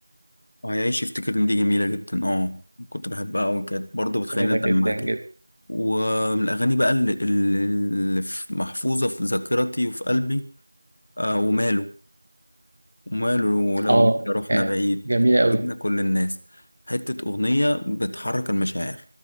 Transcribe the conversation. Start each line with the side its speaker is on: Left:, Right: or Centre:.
Left: وهيعيش يفتكرني دي جميلة جدا اه كنت بحبها أوي كانت برضه بتخليني
Right: جميلة
Left: أدمع
Right: جدا
Left: كده
Right: جدا
Left: ومن الأغاني بقى اللي, اللي في- محفوظة في ذاكرتي وفي قلبي آه وماله وماله لو
Right: اه
Left: ليلة رحنا
Right: آه،
Left: بعيد
Right: جميلة قوي
Left: جبنا كل الناس حتة أغنية بتحرك المشاعر